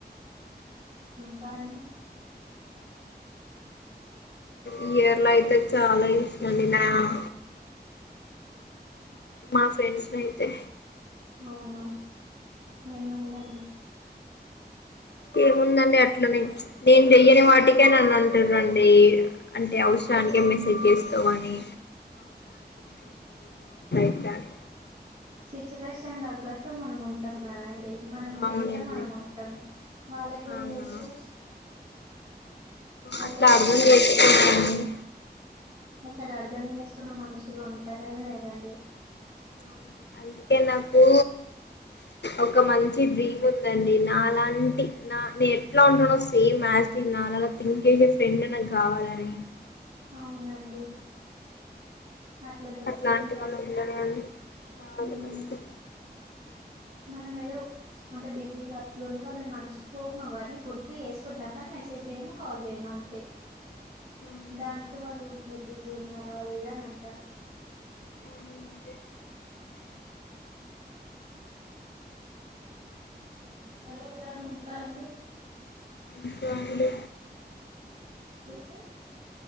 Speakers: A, on the right; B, on the left.
A: ఇంకా అండి
B: ఇయర్ లో అయితే చాలా ఇసండి నా <inaudible> మా ఫ్రెండ్స్ న అయితే
A: అవునా ఏమైదండి
B: ఏముందండి అట్లనే నేను వెయ్యని వాటికే నన్ను అంటారండి అంటే అవసరానికే మెసేజ్ చేస్తావా అని ఇట్లా అని
A: సిట్యుయేషన్ దగ్గట్టు మనం ఉంటాం కదా అండి మనం బీసీ
B: అవునండి
A: లో మనం ఉంటాం వాళ్ళకేం
B: అవునా
A: తెలుసు
B: అట్లా
A: ఏదో వాళ్లు
B: అర్థం
A: అనుకుంటారు
B: చేసుకోనండి
A: అసలు అర్ధం చేసుకున్న మనుషులు ఉంటారా లేదండి
B: అవునండి అందుకే నాకు ఒక మంచి డ్రీమ్ ఉందండి నాలాంటి నా నేను ఎట్లా ఉంటానో సేమ్ యాజ్ ఈట్ ఈజ్ నాలాగా థింక్ చేసే ఫ్రెండ్ నాకు కావాలని
A: అవునండి అట్లా దొరకడం
B: అట్లాంటి
A: కష్టం
B: వాళ్ళు ఉండరండి చాలా
A: అం
B: కష్టం
A: మనం ఏదో అంటే బిజీ వర్క్ లో ఉండి వాళ్ళను మర్చిపోము కాని గుర్తు చేసుకుంటాం కానీ మెసేజ్ చేయము కాల్ చేయము అంతే
B: అవునండి
A: దానికే వాళ్ళు మీరు బిజీ ఉన్నారు అది ఇది అని అంటారు
B: <inaudible>
A: ఇంకా అండి
B: ఇంకా అండి
A: <inaudible>